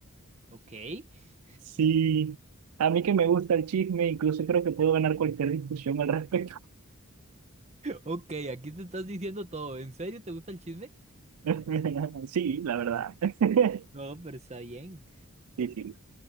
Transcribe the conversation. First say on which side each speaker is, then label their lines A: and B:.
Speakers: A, on the right; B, on the right.
A: Ok. <laughs>
B: Sí, a mí que me gusta el chisme, incluso creo que puedo ganar cualquier discusión al respecto.
A: Ok, aquí te estás diciendo todo. ¿En serio te gusta el chisme?
B: <laughs> Sí, la verdad. <laughs>
A: No, pero está bien.
B: Sí, sí.